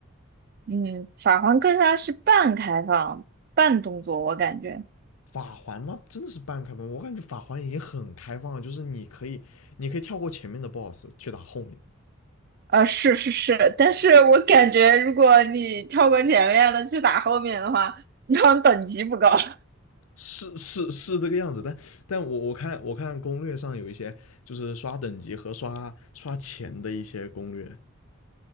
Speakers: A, on the right; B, on the left.
A: 嗯，法环更像是半开放、半动作，我感觉。
B: 法环吗？真的是半开放，我感觉法环已经很开放了，就是你可以，你可以跳过前面的 BOSS 去打后面的，
A: 呃，是是是，但是我感觉如果你跳过前面的去打后面的话，你好像等级不高。<laughs>
B: 是是是这个样子。但但我我看我看攻略上有一些就是刷等级和刷刷钱的一些攻略